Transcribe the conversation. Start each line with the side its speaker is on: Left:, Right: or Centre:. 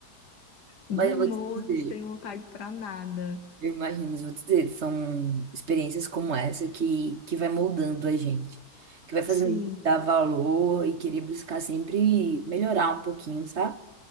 Left: de
Right: Mas eu
Left: molho,
Right: vou te dizer,
Left: sem vontade pra nada.
Right: eu imagino, mas eu vou te dizer, são experiências como essa que, que vai moldando a gente. Que vai fazendo
Left: Sim.
Right: a gente dar valor e querer buscar sempre melhorar um pouquinho, sabe?